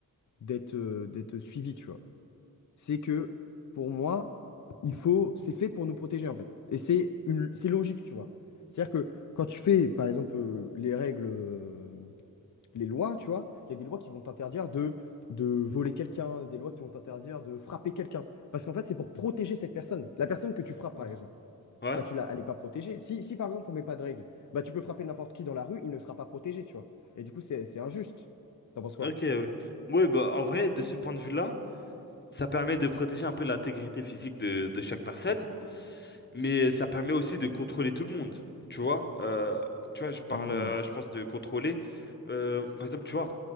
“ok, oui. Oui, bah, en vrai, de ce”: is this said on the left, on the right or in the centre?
Left